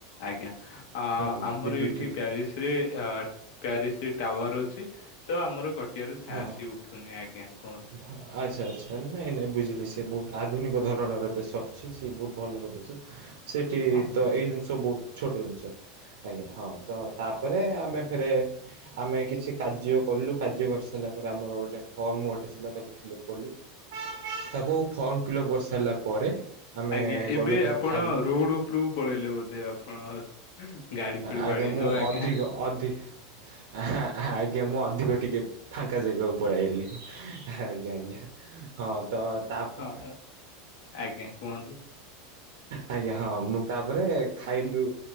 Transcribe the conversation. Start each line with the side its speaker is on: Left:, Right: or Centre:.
Left: ଆଜ୍ଞା। ଅ
Right: ହଁ
Left: ଆମର
Right: ବିଦ୍ୟୁତ
Left: ଏଇଠି ପ୍ୟାରିସ ରେ ପ୍ୟାରିସ ରେ ଟାୱାର ଅଛି। ତ ଆମର କଟିଆରୁ ଚାନସ
Right: ହଁ
Left: ହି ଉଠୁନି ଆଜ୍ଞା କୁହନ୍ତୁ।
Right: ଆଚ୍ଛା, ଆଚ୍ଛା ନାଇଁ, ନାଇଁ ବୁଝିଲି ସେ ବହୁତ ଆଧୁନିକ ଧରଣର ଦେଶ ଅଛି ସିଏ ବହୁତ ଭଲର ଦେଶ ସେଟି
Left: ହଁ।
Right: ତ ଏଇ ଜିନିଷ ବହୁତ ଛୋଟ ଜିନିଷ। ଆଜ୍ଞା ହଁ ତ ତାପରେ ଆମେ ଫେରେ ଆମେ କିଛି କାର୍ଯ୍ୟ କଲୁ, କା କାର୍ଯ୍ୟ କରିସାରିଲା ପରେ ଆମର ଗୋଟେ ଫର୍ମଁ ଗୋଟେ ଥିଲା ତାକୁ ଫିଲ୍ଅପ୍ କଲୁ। ତାକୁ ଫର୍ମ ଫିଲ୍ଅପ୍ କରିସାରିଲା ପରେ ଆମେ
Left: ଆଜ୍ଞା ଏବେ
Right: ଗଲୁ ଫେରେ
Left: ଆପଣ
Right: ଖାଇଲୁ
Left: ରୋଡ ଉପରକୁ ପଳେଇଲେ ବୋଧେ ଆପଣ ଗାଡି ଫାଡି
Right: ଆଜ୍ଞା
Left: ବାଡେଇଦବ
Right: ମୁଁ
Left: ଆଜ୍ଞା।
Right: ଅଧିକ ଅଧିକ ଆଜ୍ଞା ମୁଁ ଅଧିକ ଟିକେ ଫାଙ୍କା ଜାଗାକୁ ପଳେଇଆଇଲିି। ଆଜ୍ଞା, ଆଜ୍ଞା, ହଁ ତ ତାପରେ
Left: ହଁ ଆଜ୍ଞା କୁହନ୍ତୁ
Right: ଆଜ୍ଞା, ହଁ, ମୁଁ ତାପରେ ଖାଇଲୁ